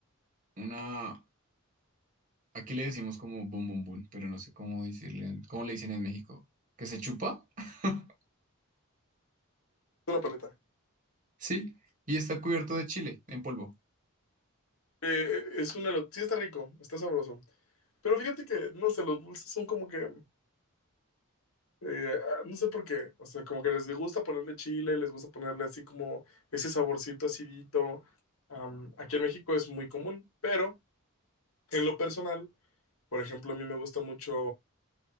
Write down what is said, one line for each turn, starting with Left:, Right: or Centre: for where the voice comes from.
Right: una, aquí le decimos como bum bum bum, pero no sé cómo decirle, en- cómo le dicen en México, que se chupa, <laughs>
Left: De la paleta.
Right: sí, y está cubierto de chile en polvo.
Left: Eh, es un elote. Sí, está rico, está sabroso. Pero fíjate que, no sé, los dulces son como que. eh, ah, no sé por qué. O sea, como que les gusta ponerle chile, les gusta ponerle así como ese saborcito acidito. Am, aquí en México es muy común, pero en lo personal, por ejemplo, a mí me gusta mucho.